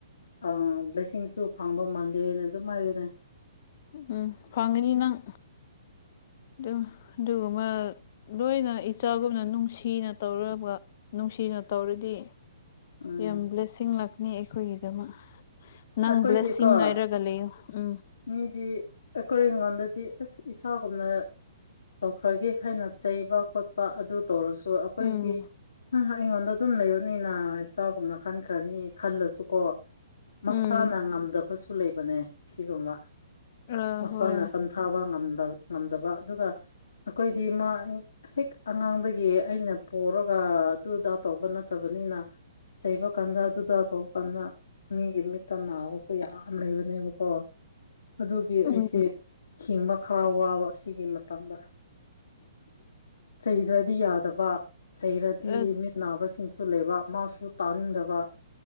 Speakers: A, on the left (about 80°); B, on the left (about 40°).
A: ꯑꯝ ꯕ꯭ꯂꯦꯁꯤꯡꯁꯨ ꯐꯪꯕ ꯃꯥꯜꯂꯦꯅ ꯑꯗꯨꯝ ꯍꯥꯏꯌꯨꯅꯦ
B: ꯎꯝ ꯐꯪꯒꯅꯤ ꯅꯪ ꯑꯗꯨꯝ ꯑꯗꯨꯒꯨꯃꯛ ꯂꯣꯏꯅ ꯏꯆꯥꯒꯨꯝꯅ ꯅꯨꯡꯁꯤꯅ ꯇꯧꯔꯨꯔꯕ ꯅꯨꯡꯁꯤꯅ ꯇꯧꯔꯗꯤ
A: ꯎꯝ
B: ꯌꯥꯝ ꯕ꯭ꯂꯦꯁꯤꯡ ꯂꯥꯛꯅꯤ ꯑꯩꯈꯣꯏꯒꯤꯗꯃꯛ ꯅꯪ
A: ꯑꯩꯈꯣꯏꯗꯤꯀꯣ
B: ꯕ꯭ꯂꯦꯁꯤꯡ ꯉꯥꯏꯔꯒ ꯂꯩꯌꯣ ꯎꯝ
A: ꯃꯤꯗꯤ ꯑꯩꯈꯣꯏ ꯉꯣꯟꯗꯗꯤ ꯑꯁ ꯏꯁꯥꯒꯨꯝꯅ ꯇꯧꯈ꯭ꯔꯒꯦ ꯍꯥꯏꯅ ꯆꯩꯕ ꯈꯣꯠꯄ ꯑꯗꯨ ꯇꯧꯔꯁꯨ ꯑ ꯑꯩꯈꯣꯏꯗꯤ
B: ꯎꯝ
A: ꯑꯩꯉꯣꯟꯗ ꯑꯗꯨꯝ ꯂꯩꯕꯅꯤꯅ ꯏꯆꯥꯒꯨꯝꯅ ꯈꯟꯈ꯭ꯔꯅꯤ ꯈꯜꯂꯁꯨꯀꯣ ꯃꯁꯥꯅ
B: ꯎꯝ
A: ꯉꯝꯗꯕꯁꯨ ꯂꯩꯕꯅꯦ ꯁꯤꯒꯨꯝꯕ
B: ꯑ
A: ꯃꯁꯥꯅ
B: ꯍꯣꯏ
A: ꯈꯟꯊꯕ ꯉꯝꯗꯕ ꯑꯗꯨꯒ ꯑꯩꯈꯣꯏꯗꯤ ꯃꯥ ꯍꯦꯛ ꯑꯉꯥꯡꯗꯒꯤ ꯑꯩꯅ ꯄꯨꯔꯒ ꯑꯗꯨꯗꯥ ꯇꯧꯕ ꯅꯠꯇꯕꯅꯤꯅ ꯆꯩꯕ ꯀꯥꯟꯗ ꯑꯗꯨꯗ ꯇꯧꯕ ꯀꯥꯟꯗ ꯃꯤꯒꯤ ꯃꯤꯠꯇ ꯅꯥꯕꯁꯨ ꯌꯥꯝ ꯂꯩꯕꯅꯦꯕꯀꯣ ꯑꯗꯨꯒꯤ ꯑꯩꯁꯦ
B: ꯎꯝ
A: ꯍꯤꯡꯕ ꯈꯔ ꯋꯥꯕ ꯁꯤꯒꯤ ꯃꯇꯝꯗ ꯆꯩꯗ꯭ꯔꯗꯤ ꯌꯥꯗꯕ ꯆꯩꯔꯗꯤ
B: ꯑꯁ
A: ꯃꯤꯠ ꯅꯥꯕꯁꯤꯡꯁꯨ ꯂꯩꯕ ꯃꯥꯁꯨ ꯇꯥꯅꯤꯡꯗꯕ